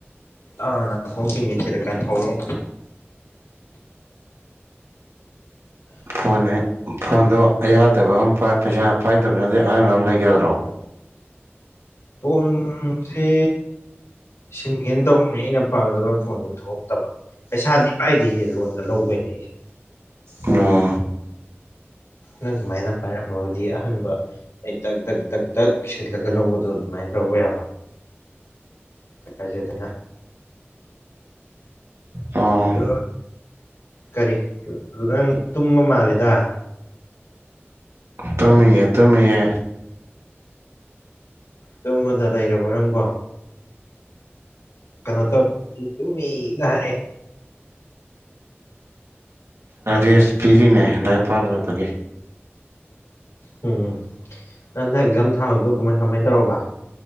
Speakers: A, on the left; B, on the right.
A: ꯑꯥ ꯅꯥꯀꯣꯡꯁꯤ ꯃꯤ ꯊꯤꯗꯀꯥꯟ ꯍꯧꯔꯝ
B: ꯐꯣꯟꯅꯤ ꯐꯣꯟꯗꯣ ꯑꯌꯥꯗꯕ ꯑꯃ ꯄꯥꯏ ꯄꯩꯁꯥ ꯄꯥꯏꯗꯕꯅꯗꯤ ꯑꯍꯥꯟꯕ ꯑꯃ ꯂꯩꯒꯗ꯭ꯔꯣ
A: ꯍꯟꯁꯤ ꯁꯤꯟꯒꯦꯅ ꯇꯧꯕꯅꯦ ꯑꯩꯅ ꯄꯥꯝꯖꯕ ꯐꯣꯟꯗꯨ ꯊꯣꯛꯍꯇꯕ ꯄꯩꯁꯥꯗ ꯀꯥꯏꯗꯤꯁꯦ ꯂꯣꯟꯗ ꯂꯧꯗꯣꯏꯅꯦ ꯑꯩꯁꯦ
B: ꯑ
A: ꯅ ꯁꯃꯥꯏꯅ ꯄꯥꯏꯔꯝꯃꯕꯗꯤ ꯑꯍꯟꯕ ꯑꯩ ꯇꯛ ꯇꯛ ꯇꯛ ꯇꯛ ꯁꯤꯜꯂꯒ ꯂꯧꯕꯗꯣ ꯑꯗꯨꯃꯥꯏꯅ ꯂꯧꯕ ꯌꯥꯕ ꯍꯥꯏꯁꯦꯗ
B: ꯑꯣ
A: ꯑꯗꯣ ꯀꯔꯤ ꯅꯪ ꯇꯨꯝꯕ ꯃꯥꯜꯂꯤꯗ
B: ꯇꯃꯤ ꯌꯦ ꯇꯃꯤ ꯌꯦ
A: ꯑꯗꯨꯝ ꯃꯖ ꯂꯩꯔꯕꯣ ꯅꯪꯕꯣ ꯍ ꯀꯩꯅꯣꯃꯤ ꯏ ꯂꯍꯔꯦ
B: ꯔꯦꯁ ꯄꯤꯔꯤꯅꯦ ꯂꯗꯥꯏꯄꯥꯥꯛ ꯂꯣꯏꯕꯒꯤ
A: ꯎꯝ ꯎꯝ ꯅ ꯅꯟꯊ ꯑꯦꯛꯖꯥꯝ ꯊꯥꯔꯗꯣ ꯀꯃꯥꯏ ꯀꯃꯥꯏꯅ ꯇꯧꯔꯕ